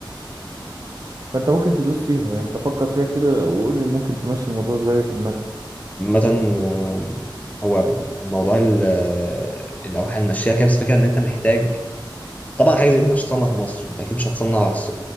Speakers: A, on the right; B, on the left.
A: فانت ممكن تدوس فيها يعني انت فكر فيها كده وقول لي ممكن تمشي الموضوع ازاي في دماغك
B: عامة آه، هو موضوع ال- آه، الأوحال المشية كده بس الفكرة إن أنت محتاج طبعا حاجة زي دي ما ينفعش تصنع في مصر أنت أكيد مش هتصنع س-